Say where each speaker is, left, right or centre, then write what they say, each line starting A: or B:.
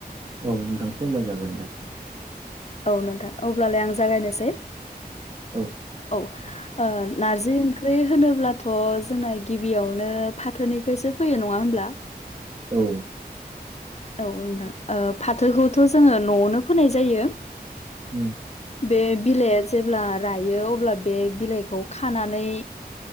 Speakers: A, on the right; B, on the left.
A: औ नोंथां फोरमाय जागोन दे।
B: औ नोंथां अब्लालाय आं जागायनोसै।
A: औव
B: औव नारजि ओंख्रि होनोब्लाथ' जोंना गिबियावनो फाथोनिफ्रायसो फैयो नंङा होमब्ला?
A: औ उम
B: औ होनदां फाथोखौथ' जोंङो न'आवनो फोनाय जायो।
A: <unintelligible>
B: बे बिलाइआ जेब्ला रायो अब्ला बे बिलाइखौ खानानै